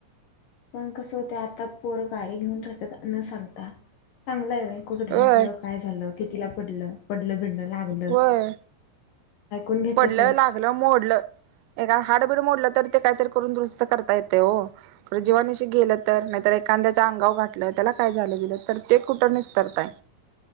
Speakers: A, on the left; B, on the right.
A: पण कसं होतेय आता पोर गाडी घेऊन जातात न सांगता चांगल आहे व्ह कुठं धडकलं,
B: होय
A: काय झालं कितिला पडलं, पडलं बीडलं लागलं
B: होय
A: ऐकून घेतात
B: पडलं,
A: व्हय
B: लागलं, मोडलं एका हाडबीड मोडलं तर ते काहीतरी करून दुरूस्त करता येते ओ‌ जीवानिशी गेलं तर, नाहीतर एखाद्याच अंगावर घातलं त्याला काय झालं गेलं तर ते कुठं निस्तरताय‌